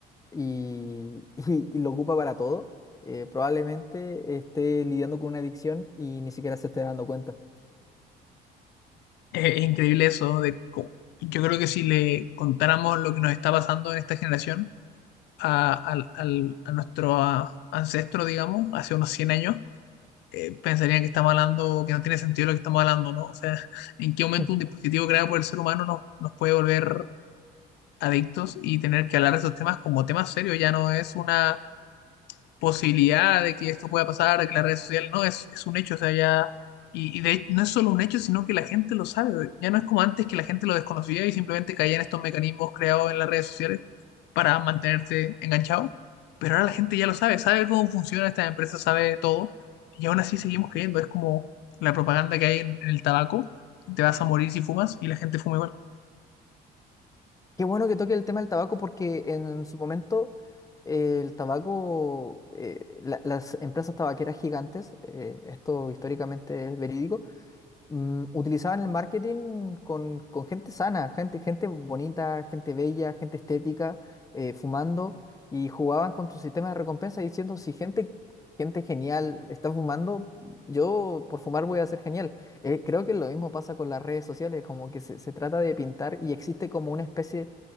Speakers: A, on the left; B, on the left.
A: y, <laughs> y- y lo ocupa para todo, eh, probablemente esté lidiando con una adicción y ni siquiera se esté dando cuenta.
B: Eh, es increíble eso de... co- Yo creo que si le contáramos lo que nos está pasando en esta generación, a, al- al- a nuestro a- ancestro, digamos, hace unos 100 años, eh, pensarían que estamos hablando, que no tiene sentido lo que estamos hablando, ¿no? O sea, <laughs> ¿en qué momento
A: Mm.
B: un dispositivo creado por el ser humano nos, nos puede volver adictos y tener que hablar de esos temas como temas serios? Ya no es una posibilidad de que esto pueda pasar, de que las redes sociales, no, es, es un hecho, o sea, ya, y, y de- no es solo un hecho, sino que la gente lo sabe, ya no es como antes que la gente lo desconocía y simplemente caía en estos mecanismos creados en las redes sociales para mantenerte enganchado, pero ahora la gente ya lo sabe, sabe cómo funciona esta empresa, sabe todo, y aún así seguimos creyendo, es como la propaganda que hay en, en el tabaco, te vas a morir si fumas y la gente fuma igual.
A: Qué bueno que toque el tema del tabaco porque en su momento eh, el tabaco, eh, la- las empresas tabaqueras gigantes, eh, esto históricamente es verídico, mm, utilizaban el marketing con, con gente sana, gente, gente bonita, gente bella, gente estética, eh, fumando, y jugaban con tu sistema de recompensa diciendo, si gente, gente genial está fumando, yo por fumar voy a ser genial. Eh, creo que lo mismo pasa con las redes sociales, como que se, se trata de pintar y existe como una especie